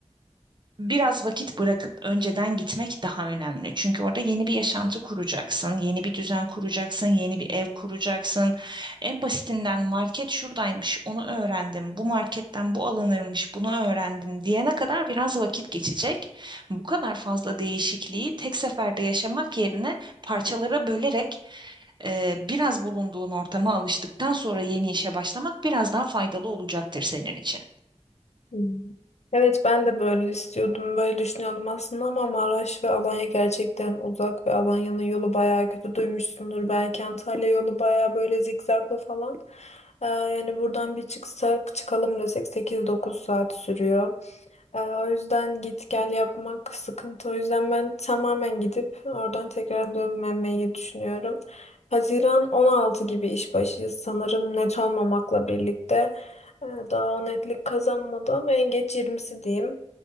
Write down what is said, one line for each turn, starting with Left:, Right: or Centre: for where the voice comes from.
Right: biraz vakit bırakıp önceden gitmek daha önemli. Çünkü orada yeni bir yaşantı kuracaksın, yeni bir düzen kuracaksın, yeni bir ev kuracaksın. En basitinden market şuradaymış, onu öğrendim. Bu marketten bu alınırmış, bunu öğrendim diyene kadar biraz vakit geçecek. Bu kadar fazla değişikliği tek seferde yaşamak yerine parçalara bölerek Eee, biraz bulunduğun ortama alıştıktan sonra yeni işe başlamak biraz daha faydalı olacaktır senin için.
Left: Hı. Evet ben de böyle istiyordum, böyle düşünüyordum aslında ama Maraş ve Alanya gerçekten uzak ve Alanya'nın yolu bayağı kötü duymuşsundur. Belki Antalya yolu bayağı böyle zikzaklı falan. Ee, yani buradan bir çıksak çıkalım desek sekiz dokuz saat sürüyor. Ee, o yüzden git gel yapmak sıkıntı. O yüzden ben tamamen gidip oradan tekrar dönmemeyi düşünüyorum. Haziran 16 gibi iş başıyız sanırım net olmamakla birlikte. Ee, Daha o netlik kazanmadı ama en geç yirmisi diyeyim.